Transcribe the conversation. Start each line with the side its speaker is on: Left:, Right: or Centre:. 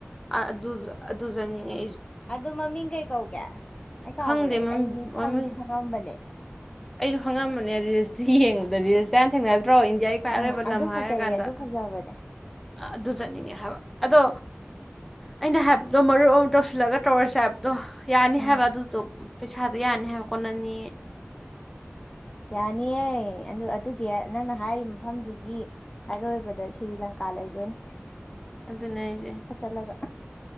Centre: ꯑꯗꯨ ꯑꯗꯨꯖꯅꯤꯉ
Left: ꯑꯗꯨ ꯃꯃꯤꯡ ꯀꯩ ꯀꯧꯒꯦ ꯑꯩ ꯀꯥꯎꯈ꯭ꯔꯦ
Centre: ꯈꯪꯗꯦ
Left: ꯑꯩ ꯅꯤꯡ
Centre: ꯃꯃꯤꯡ
Left: ꯈꯪꯗꯤ ꯈꯪꯉꯝꯕꯅꯦ
Centre: ꯑꯩꯁꯨ ꯈꯪꯉꯝꯕꯅꯦ ꯔꯤꯁꯇꯤ ꯌꯦꯡꯕꯗ ꯔꯤꯁꯌꯥꯝ ꯊꯦꯡꯅ ꯅꯠꯇ꯭ꯔꯣ ꯏꯟꯗꯤꯌꯥꯒꯤ ꯈ꯭ꯋꯥꯏ
Left: ꯎꯝ
Centre: ꯑꯔ ꯑꯣꯏꯕ
Left: ꯑꯗꯨ
Centre: ꯂꯝ ꯍꯥꯏꯔ
Left: ꯐꯖꯩꯌꯦ
Centre: ꯀꯥꯟꯗ
Left: ꯑꯗꯨ ꯐꯖꯕꯅꯦ
Centre: ꯑꯗꯨ ꯆꯠꯅꯤꯡꯉꯦ ꯍꯥꯏꯕ ꯑꯗꯣ ꯑꯩꯅ ꯍꯥꯏ ꯑꯗꯣ ꯃꯔꯨꯞ ꯑꯃꯨ ꯇꯧꯁꯤꯜꯂꯒ ꯇꯧꯔꯁꯦ ꯍꯥꯏꯕꯗꯣ ꯌꯥꯅꯤ
Left: ꯎꯝ
Centre: ꯍꯥꯏꯕ ꯑꯗꯨꯗꯣ ꯄꯩꯁꯥꯗꯣ ꯌꯥꯅꯤ ꯍꯥꯏꯕ ꯀꯣꯟꯅꯅꯤ
Left: ꯌꯥꯅꯤꯌꯦ ꯑꯗꯨ ꯑꯗꯨꯒꯤ ꯅꯪꯅ ꯍꯥꯏ ꯃꯐꯝꯗꯨꯒꯤ ꯑꯔꯣꯏꯕꯗ ꯁꯤ꯭ꯔꯤ ꯂꯪꯀꯥ ꯂꯩꯗꯣꯏꯅꯦ
Centre: ꯑꯗꯨꯅꯦ ꯑꯩꯁꯦ
Left: ꯈ ꯆꯠꯂꯒ